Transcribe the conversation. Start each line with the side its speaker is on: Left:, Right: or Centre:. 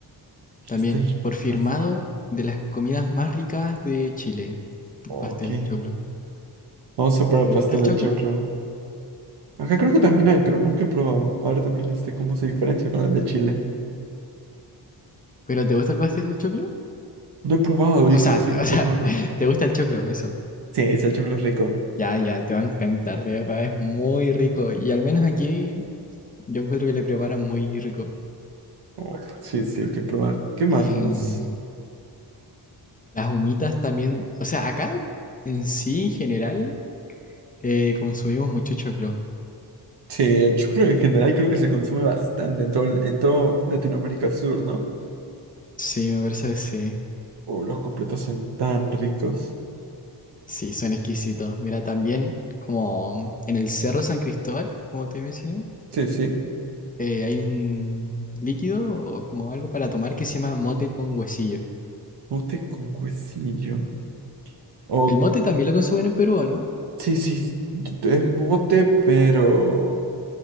Left: también.
Right: pastel.
Left: Por firmado
Right: pas-
Left: de las comidas más ricas de Chile.
Right: ok,
Left: El pastel de choclo.
Right: vamos a probar
Left: ¿Te
Right: pastel
Left: gusta el choclo?
Right: de choclo. Acá creo que también hay, pero nunca he probado. A ver también este, cómo se diferencia con el de Chile.
Left: ¿Pero te gusta el pastel de choclo?
Right: No he probado, dice
Left: O sea,
Right: que soy
Left: te- o
Right: peruano.
Left: No. sea, <laughs> ¿te gusta el choclo? Eso.
Right: Sí, es el choclo es rico.
Left: Ya, ya, te va a encantar, de verdad. Es muy rico. Y al menos aquí yo encuentro que le preparan muy rico.
Right: Oh, sí, sí, hay que probar. ¿Qué más?
Left: Eh,
Right: ¿Qué más?
Left: las humitas también, o sea, acá en sí, en general, eh, consumimos mucho choclo.
Right: Sí, el choclo en general creo que se consume bastante en todo, el- en todo Latinoamérica Sur, ¿no?
Left: Sí, me parece que sí.
Right: Oh, los completos son tan ricos.
Left: Sí, son exquisitos. Mira, también como en el Cerro San Cristóbal, como te mencioné,
Right: Sí, sí.
Left: eh, hay un líquido o como algo para tomar que se llama mote con huesillo.
Right: Mote con huesillo. O,
Left: El mote Oh, también lo consumen en Perú, ¿o ¿no?
Right: sí, sí, es mote, pero